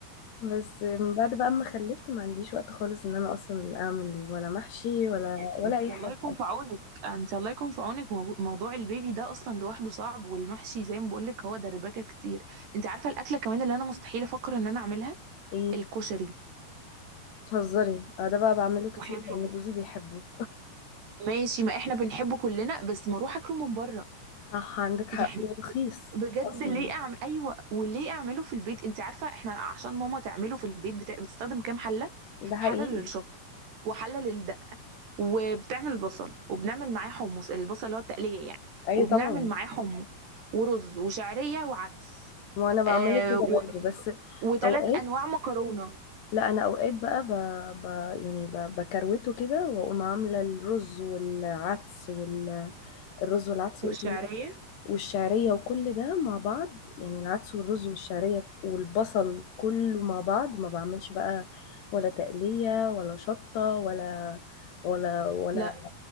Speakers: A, on the left; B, on the right.
A: بس من بعد بقى ما خلفت ما عنديش وقت خالص ان انا اصلا اعمل ولا محشي ولا ولا
B: انت
A: اي
B: الله
A: حاجة
B: يكون في عونك انت الله يكون في عونك موجو- موضوع البيبي ده اصلا لوحده صعب والمحشي زي ما بقولك هو دربكه كتير انت عارفه الاكله كمان اللي انا مستحيل افكر ان انا اعملها
A: ايه
B: الكشري
A: بتهزري اه ده بقى بعمله كتير
B: وحياة
A: لان
B: ربنا
A: جوزي بيحبه
B: ماشي ما احنا بنحبه كلنا بس ما اروح اكله من بره
A: صح عندك حق
B: يعني
A: ورخيص
B: بجد
A: اصلا
B: ليه اعمل ايوه وليه اعمله في البيت انت عارفه احنا عشان ماما تعمله في البيت بت... بتستخدم كام حله
A: ده حقيقي
B: حله للشطه وحله للدقه وبتعمل البصل وبنعمل معاه حمص البصل اللي هو التقلية يعني
A: اي
B: وبنعمل
A: طبعا
B: معاه حمص ورز وشعرية وعدس
A: وانا بعمله
B: آه
A: كده
B: و...
A: برضه بس
B: وثلاث
A: اوقات
B: أنواع مكرونة
A: لا انا اوقات بقى ب... ب... يعني ب... بكروته كده واقوم عامله الرز والعدس والرز الرز والعدس
B: والشعرية
A: وايه تاني؟ والشعريه وكل ده مع بعض يعني العدس والرز والشعريه والبصل كله مع بعض ما بعملش بقى ولا تقليه ولا شطه ولا ولا ولا
B: لا